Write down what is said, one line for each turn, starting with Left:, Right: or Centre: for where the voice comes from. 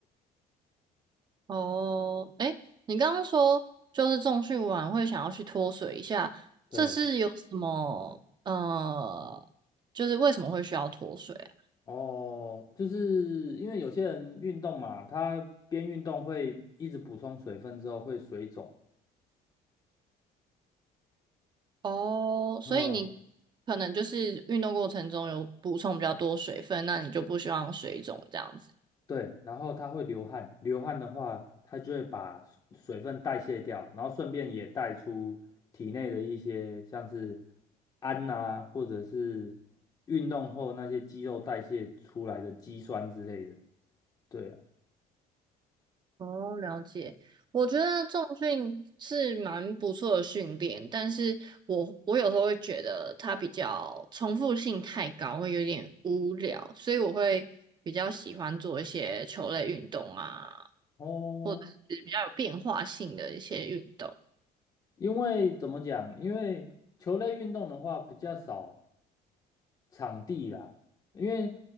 Right: 哦，哎，你刚刚说就是重训完会想要去脱水一下，
Left: 对，
Right: 这是有什么呃，就是为什么会需要脱水啊？
Left: 哦，就是因为有些人运动嘛，他边运动会一直补充水分之后会水肿。
Right: 哦，所以你
Left: 嗯，
Right: 可能就是运动过程中有补充比较多水分，那你就不希望水肿这样子。
Left: 对，然后它会流汗，流汗的话，它就会把水水分代谢掉，然后顺便也带出体内的一些像是氨啊，或者是运动后那些肌肉代谢出来的肌酸之类的。对啊，
Right: 哦，了解。我觉得重训是蛮不错的训练，但是我我有时候会觉得它比较重复性太高，会有点无聊，所以我会比较喜欢做一些球类运动啊，
Left: 哦，
Right: 或者是比较有变化性的一些运动。
Left: 因为怎么讲？因为球类运动的话比较少场地啦，因为